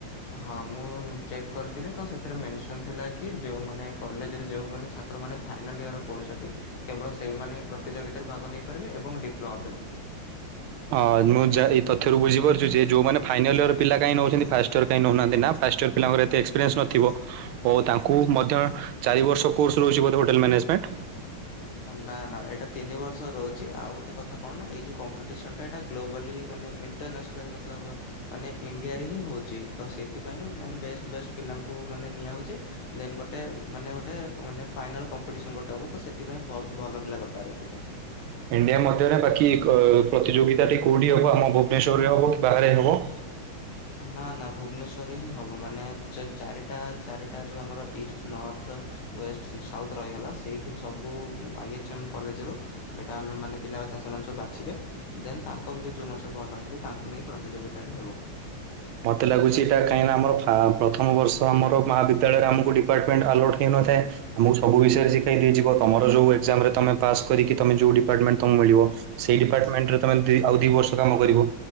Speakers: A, on the left; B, on the right.
A: ହଁ ମୁଁ ଚେକ୍ କରିଥିଲି ତ ସେଥିରେ ମେନସନ୍ ଥିଲା କି ଯେଉମାନେ କଲେଜରେ ଯେଉଁମାନେ ଛାତ୍ର ମାନେ ଫାଇନାଲ୍ ଇୟର ପଢୁଛନ୍ତି କେବଳ ସେଇମାନେ ଏ ପ୍ରତିଯୋଗିତାରେ ଭାଗ ନେଇପାରିବେ ଏବଂ ଡିପ୍ଲୋମା ପିଲା।
B: ହଁ ମୁଁ ଯା ଏ ତଥ୍ୟରୁ ବୁଝିପାରୁଛି ଯେ ଯୋଉମାନେ ଫାଇନାଲ ୟର ପିଲା କାହି ନଉଛନ୍ତି ଫାଷ୍ଟ ଇୟର କାଇଁ ନଉନାହାନ୍ତି ନା ଫାଷ୍ଟଇୟର ପିଲାଙ୍କର ଏତେ ଏକ୍ସପିରିଏନ୍ସ ନଥିବ। ଓ ତାଙ୍କୁ ମଧ୍ୟ ଚାରି ବର୍ଷ କୋର୍ସ ରହୁଛିବୋଧେ ହୋଟେଲ ମାନେଜମେଣ୍ଟ।
A: ନା ନା ଏଟା ତିିନି ବର୍ଷ ଥର ରହୁଛି ଆଉ ଗୋଟେ କଥା କଣ ନା ଏଇ ଯେଉଁ କମ୍ପିଟିସନ୍ଟା ଏଇଟା ଗ୍ଲୋବାଲି ମାନେ ଇଣ୍ଟରନ୍ୟାସନାଲି ମତଲବ ମାନେ ଇଣ୍ଡିଆରେ ହିଁ ହଉଛି ତ ସେଥିପାଇଁ ମାନେ ବେଷ୍ଟ ବେଷ୍ଟ ପିଲାଙ୍କୁ ମାନେ ନିଆହଉଛି। ଦେନ ଗୋଟେ ମାନେ ଗୋଟେ ଫାଇନାଲ କମ୍ପିଟିସନ୍ ଗୋଟେ ହବ ତ ସେ ସେଥିପାଇଁ ବହୁତ ଭଲ ପିଲା ଦରକାର ଏଥିପାଇଁ।
B: ଇଣ୍ଡିଆ ମଧ୍ୟରେ ବାକି ପ୍ରତିଯୋଗିତାଟି କୋଉଠି ହବ ଆମ ଭୁବନେଶ୍ଵରରେ ହବ ବାହାରେ ହବ?
A: ନା ନା ଭୁବନେଶ୍ୱରରେ ହିଁ ହବ ମାନେ ଚାରିଟା ଚାରି ସେଇଟା ଯେଉଁ ଆମର ଇଷ୍ଟ ନର୍ଥ ୱଷ୍ଟ ଷ୍ଟଉଥ ରହିଗଲା ସେଇଥିରୁ ସବୁ ପାଇଯାଇଛନ୍ତି କଲେଜରୁ। ଏଇଟା ଆମେ ମାନେ ପିଲା ସେମାନେ ସବୁ ବାଛିବେ ଦେନ୍ ତାଙ୍କ ଭିତରେ ଯୋଉ ମଣିଷ ଭଲ ହେଇଥାଏ ତାଙ୍କୁ ନେଇ ପ୍ରତିଯୋଗତାାରେ ହେବ।
B: ମୋତେ ଲାଗୁଛି ଏଇଟା କାହିଁକି ଆମର ପ୍ରଥମ ବର୍ଷ ଆମର ମହାବିଦ୍ୟାଳୟରେ ଆମକୁ ଡିପାର୍ଟମେଣ୍ଟ ଆଲୋଟ୍ ହେଇନଥାଏ ଆମକୁ ସବୁ ବିଷୟରେ ଶିଖାଇ ଦିଆଯିବ ତମର ଯୋଉ ଏକ୍ଜାମ ରେ ପାସ୍ କରିକି ତମେଯୋଉ ଡିପାର୍ଟମେଣ୍ଟ ତମକୁ ମିଳିବ। ସେଇ ଡିପାର୍ଟମେଣ୍ଟରେ ତମେ ଆଉ ଦି ବର୍ଷ କାମ କରିବ